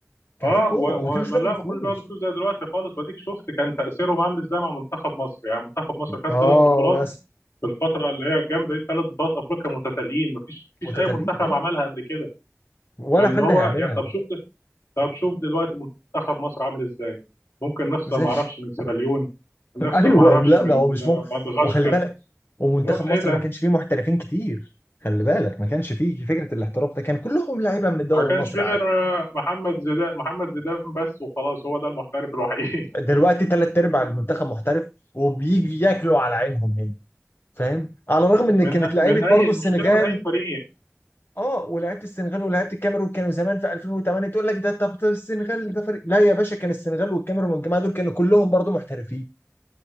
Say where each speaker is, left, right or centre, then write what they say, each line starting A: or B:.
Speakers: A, on the left (about 45°); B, on the left (about 65°).
A: كان
B: اه
A: في كوره
B: و... و...
A: وما كانوش
B: ما
A: بياخدوا
B: لا ما كانوش
A: فلوس
B: بياخدوا فلوس زي دلوقتي خالص واديك شفت كان تاثيرهم عامل ازاي مع منتخب مصر يعني منتخب مصر خد
A: اه
B: ثلاث بطولات
A: مثلا
B: في الفتره اللي هي الجامده دي ثلاث بطولات افريقيا متتاليين ما فيش فيش
A: متتابعين
B: اي منتخب
A: اه
B: عملها قبل كده
A: ولا
B: فاللي
A: حد
B: هو
A: هيعملها
B: يعني طب شوف ده... طب شوف دلوقتي منتخب مصر عامل ازاي ممكن نخسر
A: زي
B: ما اعرفش من سيراليون نخسر
A: <laughs> ايوه
B: ما اعرفش
A: لا
B: من
A: ما هو مش
B: آه،
A: ممكن
B: مدغشقر
A: وخلي بالك ومنتخب
B: اللي هو
A: مصر
B: ايه ده
A: ما كانش فيه محترفين كتير خلي بالك ما كانش فيه فكره الاحتراف ده كان كلهم لعيبه من الدوري
B: ما كانش
A: المصري
B: في غير
A: عادي
B: آه، محمد زيدان محمد زيدان بس وخلاص هو ده المحترف الوحيد
A: دلوقتي ثلاث ارباع المنتخب محترف وبيجي ياكلوا على عينهم هنا فاهم على الرغم
B: <laughs>
A: ان
B: من
A: كانت لعيبه
B: من اي
A: برضه
B: المشكله
A: السنغال
B: من اي فريق
A: اه ولعيبه السنغال ولعيبه الكاميرون كانوا زمان في 2008 تقول لك ده طب ده السنغال ده فريق لا يا باشا كان السنغال والكاميرون والجماعه دول كانوا كلهم برضه محترفين